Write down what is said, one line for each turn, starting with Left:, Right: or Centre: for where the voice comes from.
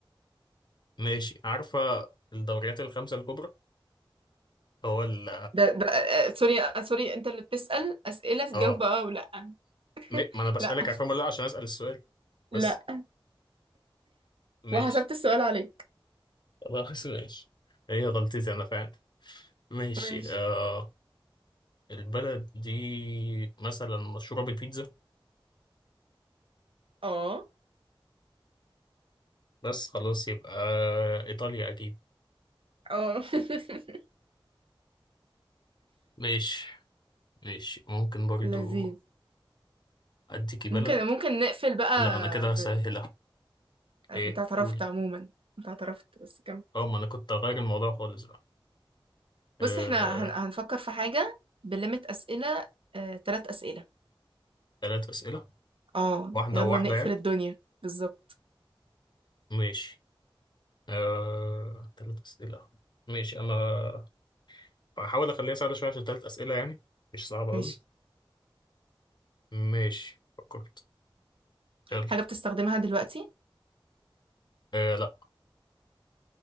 Left: ماشي عارفة الدوريات الخمسة الكبرى هو ال
Right: ده ده آه، سوري آه، سوري انت اللي بتسأل اسئله تجاوب
Left: اه
Right: اه ولا
Left: م- ما أنا بسألك
Right: لا
Left: عارفة ولا لأ عشان أسأل السؤال بس
Right: لا
Left: ماشي
Right: وحسبت السؤال عليك
Left: خلاص ماشي هي غلطتي أنا فعلا ماشي
Right: ماشي
Left: آه البلد دي مثلا مشهورة بالبيتزا
Right: اه
Left: بس خلاص يبقى إيطاليا أكيد
Right: اه <laughs>
Left: ماشي ماشي ممكن برضو
Right: لذيذ
Left: أديكي بلد
Right: ممكن ممكن نقفل بقى
Left: لا أنا كده هسهلها
Right: ب... انت
Left: إيه
Right: اعترفت
Left: قول
Right: عموما انت اعترفت بس كم
Left: أه ما أنا كنت هغير الموضوع خالص بقى
Right: بص
Left: آه
Right: احنا هن... هنفكر في حاجة بليمت أسئلة آه... تلات أسئلة
Left: تلات أسئلة
Right: اه
Left: واحدة
Right: يلا
Left: وواحدة
Right: نقفل
Left: يعني
Right: الدنيا بالظبط
Left: ماشي آه تلات أسئلة ماشي أنا هحاول أخليها سهلة شوية عشان تلات أسئلة يعني مش صعبة
Right: ماشي
Left: أوي ماشي فكرت يلا
Right: حاجة بتستخدمها دلوقتي
Left: آه لا